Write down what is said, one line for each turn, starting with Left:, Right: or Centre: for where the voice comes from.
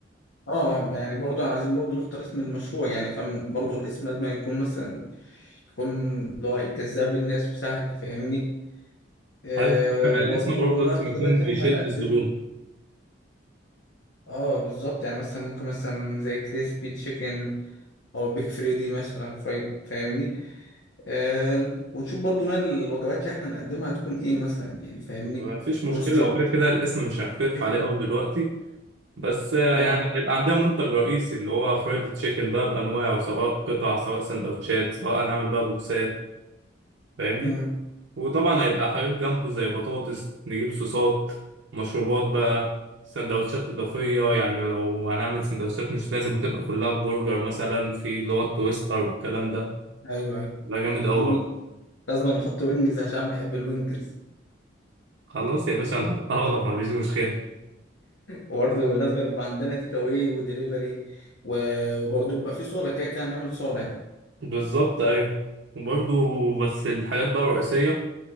Left: اه يعني برضه عايزين برضه نختار اسم المشروع يعني فاهم برضه الاسم لازم يكون مثلا يكون اللي هو إيه، جذاب للناس وسهل فاهمني آه
Right: هل مع
Left: وبرضه
Right: الاسم برضه
Left: نوع
Right: لازم
Left: الوجبات
Right: يكون
Left: اللي
Right: بيشد
Left: احنا هنقدمها
Right: الزبون
Left: اه بالظبط يعني مثلا ممكن مثلا زي كريسبي تشيكن أو بيك فريدي مثلا فرايد فاهمني آه ونشوف برضو نوع الوجبات اللي احنا هنقدمها هتكون ايه مثلا يعني فاهمني
Right: ما فيش مشكله
Left: روستد
Right: وكده كده الاسم مش هنختلف
Left: تشيكن
Right: عليه قوي دلوقتي بس آه،
Left: اه
Right: يعني يبقى عندنا منتج رئيسي اللي هو فرايد تشيكن بقى بانواعه سواء قطع سواء سندوتشات سواء هنعمل بقى بوكسات فاهمني
Left: مم.
Right: وطبعا هيبقى حاجات جنبه زي بطاطس نجيب صوصات مشروبات بقى سندوتشات إضافية يعني لو هنعمل سندوتشات مش لازم تبقى كلها برجر مثلا في اللي هو التويستر والكلام ده
Left: ايوه ايوه
Right: ده جامد أول
Left: ولازم لازم نحط وينجز عشان بحب الوينجز
Right: خلاص يا باشا هنحطها لك مفيش مشكلة
Left: وبرضه لازم يبقى عندنا تيك اواي ودليفري وبرضه يبقى في صاله كده كده نعمل صاله يعني
Right: بالظبط أيوة وبرضه بس الحاجات بقى الرئيسية